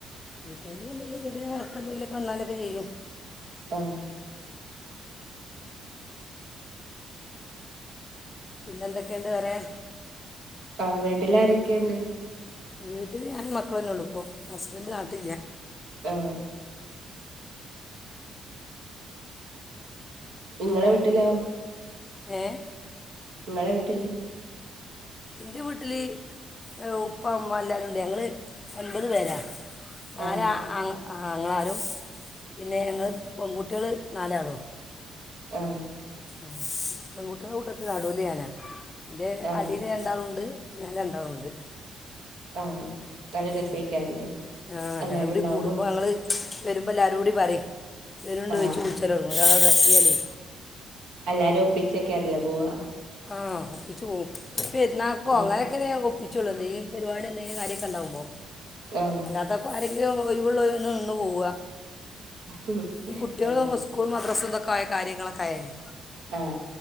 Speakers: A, on the left (about 30°); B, on the right (about 75°).
A: വീട്ടായൽ വല്ല ചെറിയ ആൾക്കെ എന്തെിലുമൊക്കെ വന്നാലൊക്കെ ചെയ്യും.
B: ആ..
A: പിന്നെ എന്തൊക്കെയുണ്ട് പറയാൻ
B: ആ വീട്ടിലാരൊക്കെയുണ്ട്
A: വീട്ടില് ഞാൻ മക്കളന്നെ ഉള്ളു ഇപ്പോ ഹസ്ബൻഡ് നാട്ടില്ല
B: ആഹ് നിങ്ങളെ വീട്ടിലാ
A: ഏഹ്
B: നിങ്ങളുടെ വീട്ടില്
A: എന്റെ വീട്ടില് ഉപ്പ അമ്മ എല്ലാവരുണ്ട് ഞങ്ങള് ഒന്പത് പേരാണ് നാല
B: ആഹ്
A: ങ്ങളാരും പിന്നെ ഞങ്ങള് പെൺകുട്ടികൾ നാലാളോ
B: ആഹ്
A: ആ ഇപ്പം കൂട്ട കൂട്ടത്ത് നടുലിയാന എൻ്റെ
B: ആഹ്
A: അടി രണ്ടാളുണ്ട് ഞാൻ രണ്ടാളുണ്ട്
B: ആഹ് നല്ല രസേക്കാരല്ലേ
A: ഉ ആ എല്ലാവരും
B: എല്ലാരും
A: കൂടി
B: ഉണ്ടാവുമ്പോ
A: കൂടുമ്പോൾ ഞങ്ങള് വരുമ്പോ എല്ലാവരും കൂടി പറ വരണ്ട്
B: ആഹ്
A: വെച്ചച്ച് വിളിച്ചാലോട ഒരാള ചെയല്ലേ
B: അല്ലരും ഒപ്പിച്ചകേെറല്ല പോവാ
A: ആ പിച്ച പെരുന്നാൾക്ക്
B: ഉം
A: അ ഒപ്പിച്ചുള്ളത് നീ ഒരുപാട് കാര്യൊക്കെ ഉണ്ടാവുമോ
B: ആഹ്
A: അതപ്പോൾ ആരെങ്കിലും കഴിവൂള്ള ഒന്ന് നിന്ന് പോവുക
B: ഉം
A: ഈ കുട്ടികള്
B: ആഹ്
A: സ്കൂളും മദ്രസ്സൊക്കെയകാര്യങ്ങളൊക്കൊയാലൽ
B: ആഹ